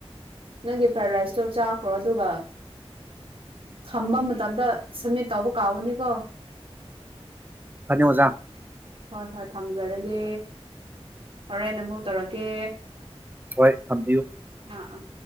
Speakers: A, on the right; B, on the right.
A: ꯅꯪꯒꯤ ꯐ꯭ꯔꯥꯏꯗ ꯔꯥꯏꯁꯇꯣ ꯆꯥꯈ꯭ꯔꯣ ꯑꯗꯨꯒ ꯊꯝꯕ ꯃꯇꯝꯗ ꯁꯝꯃꯤꯠ ꯇꯧꯕ ꯀꯥꯎꯒꯅꯤꯀꯣ
B: ꯐꯅꯤ ꯑꯣꯖꯥ
A: ꯍꯣꯏ ꯍꯣꯏ ꯊꯝꯖꯔꯒꯦ ꯍꯣꯔꯦꯟ ꯑꯃꯨꯛ ꯇꯧꯔꯛꯀꯦ
B: ꯍꯣꯏ ꯊꯝꯕꯤꯌꯨ
A: ꯑꯥꯑꯥ